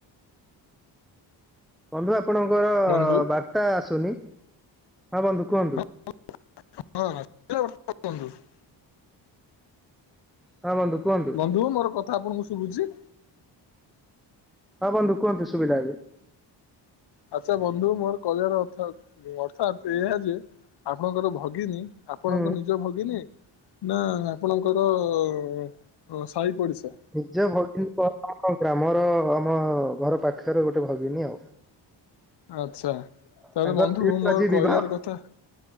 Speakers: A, in the centre; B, on the left.
A: ବନ୍ଧୁ ଆପଣଙ୍କର
B: ବନ୍ଧୁ
A: ବାର୍ତ୍ତା ଆସୁନି, ହଁ ବନ୍ଧୁ କୁହନ୍ତୁ।
B: ହ <inaudible>
A: ହଁ ବନ୍ଧୁ କୁହନ୍ତୁ
B: ବନ୍ଧୁ ମୋର କଥା ଆପଣଙ୍କୁ ଶୁଭୁଛି?
A: ହଁ ବନ୍ଧୁ କୁହନ୍ତୁ ଶୁଭିଲା ଏବେ।
B: ଆଛା ବନ୍ଧୁ ମୋର କହିବାର ଅର୍ଥ ଅର୍ଥାତ୍ ଏହା ଯେ ଆପଣଙ୍କର ଭଗିନୀ ଆପଣଙ୍କ
A: ହୁଁ
B: ନିଜ ଭଗିନୀ ନା ଆପଣଙ୍କର ଓ ସାଇ ପଡିସା?
A: ନିଜ ଭଗି କ ଆମ ଗ୍ରାମର, ଆମ ଘର ପାଖର ଗୋଟେ ଭଗିନୀ ଆଉ।
B: ଆଛା ତାହେଲେ
A: ତାଙ୍କର
B: ବନ୍ଧୁ
A: ଯେହେତୁ
B: ମୋର
A: ଆଜି ବିବାହ
B: କଇବାର କଥା